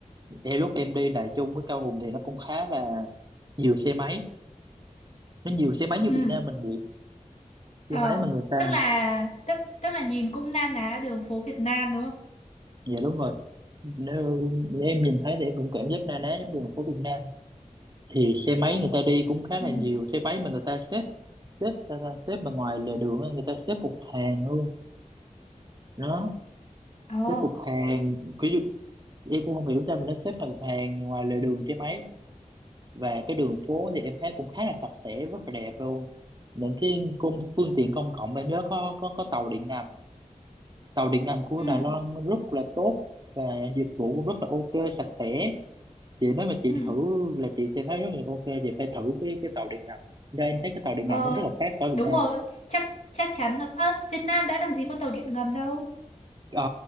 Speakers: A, on the right; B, on the left.
A: e lúc em đi Đài Trung với Cao Hùng thì nó cũng khá là nhiều xe máy nó nhiều xe máy như
B: ừ.
A: Việt Nam mình vậy
B: Ờ,
A: xe máy mà người ta
B: tức là tức tức là nhìn cũng na ná đường phố Việt Nam đúng không?
A: dạ đúng rồi nếu em nhìn thấy thì em cũng cảm giác na ná giống đường phố Việt Nam thì xe máy người ta đi cũng khá
B: Ừ.
A: là nhiều xe máy mà người ta xếp xếp ta, ta xếp mà ngoài lề đường á, người ta xếp một hàng luôn đó
B: Ờ.
A: xếp một hàng ví dụ em cũng không hiểu sao mà nó xếp thành một hàng ngoài lề đường xe máy và cái đường phố thì em thấy cũng khá là sạch sẽ rất là đẹp luôn những cái công phương tiện công cộng em nhớ có có có tàu điện ngầm tàu điện ngầm của
B: Ừ.
A: Đài Loan rất là tốt và dịch vụ cũng rất là ok sạch sẽ chị nếu mà chị
B: Ừ.
A: thử là chị sẽ thấy rất là ok chị phải thử cái cái tàu điện ngầm do em thấy cái tàu điện
B: Ờ,
A: ngầm nó rất là khác ở Việt
B: đúng
A: Nam
B: rồi, chắc chắc chắn rồi. Ơ, Việt Nam đã làm gì có tàu điện ngầm đâu.
A: Ờ,